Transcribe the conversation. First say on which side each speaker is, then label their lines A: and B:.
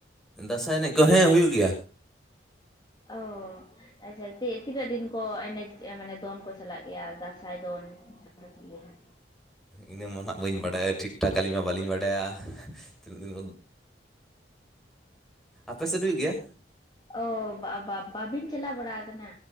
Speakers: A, in the centre; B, on the left.
A: ᱫᱟᱸᱥᱟᱭ ᱮᱱᱮᱡ ᱠᱚ ᱦᱮᱸ ᱦᱩᱭᱩᱜ ᱜᱮᱭᱟ᱾
B: ᱚᱻ᱾ ᱟᱪᱪᱷᱟ ᱛᱤ ᱛᱤᱱᱟᱹᱜ ᱫᱤᱱ ᱠᱚ ᱮᱱᱮᱡ ᱢᱟᱱᱮ ᱫᱚᱱ ᱠᱚ ᱪᱟᱞᱟᱜ ᱜᱮᱭᱟ, ᱫᱟᱸᱥᱟᱭ ᱫᱚᱱ? ᱢᱮᱱᱟᱢ ᱜᱮᱭᱟ <unintelligible>
A: ᱤᱱᱟᱹ ᱢᱟ ᱦᱟᱸᱜ ᱵᱟᱹᱧ ᱵᱟᱰᱟᱭᱟ ᱴᱷᱤᱠ ᱴᱷᱟᱠ, ᱟᱹᱞᱤᱧ ᱢᱟ ᱵᱟᱹᱞᱤᱧ ᱵᱟᱰᱟᱭᱟ ᱛᱤᱱᱟᱹᱜ ᱫᱤᱱ ᱟᱯᱮ ᱥᱮᱫ ᱦᱩᱭᱩᱜ ᱜᱮᱭᱟ?
B: ᱚ ᱵᱟ ᱱᱟ ᱵᱤᱱ ᱪᱟᱞᱟᱣ ᱵᱟᱲᱟ ᱠᱟᱱᱟ